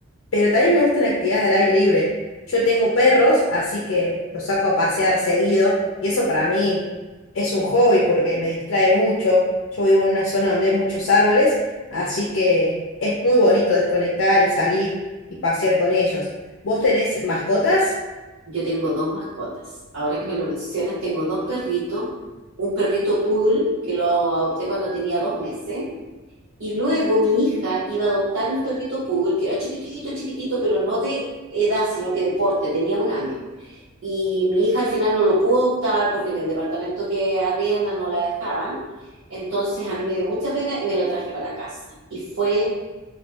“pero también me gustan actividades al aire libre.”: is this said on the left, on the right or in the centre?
Left